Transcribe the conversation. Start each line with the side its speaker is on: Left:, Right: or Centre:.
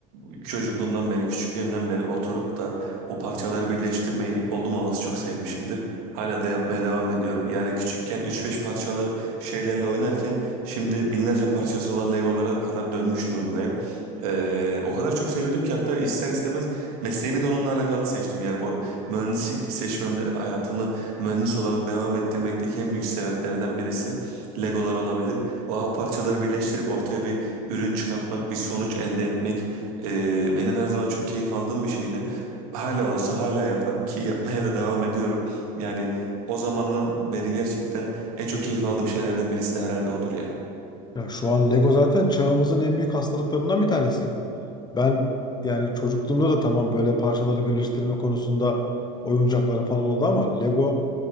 Right: e, çocukluğumdan beri, küçüklüğümden beri oturup da o parçaları birleştirmeyi oldum olası çok sevmişimdir. Hala da yapmaya devam ediyorum. Yani küçükken üç beş parçalı şeylerle oynarken şimdi binlerce parçası olan Legolara kadar dönmüş durumdayım. E, o kadar çok seviyordum ki hatta ister istemez mesleğimi de onunla alakalı seçtim. Yani bu mühendislik seçmemde hayatımı mühendis olarak devam ettirmekteki en büyük sebeplerden birisi Legolar olabilir. O av parçaları birleştirip ortaya bir ürün çıkartmak, bir sonuç elde etmek e, benim her zaman çok keyif aldığım bir şeydi. Hala olsa hala yaparım ki <laughs> yapmaya da devam ediyorum. Yani o zamandan beri gerçekten en çok keyif aldığım şeylerden birisi de herhalde odur ya.
Left: Ya şu an Lego zaten çağımızın en büyük hastalıklarından bir tanesi. Ben yani çocukluğumda da tamam böyle parçaları birleştirme konusunda oyuncakların falan oldu ama Lego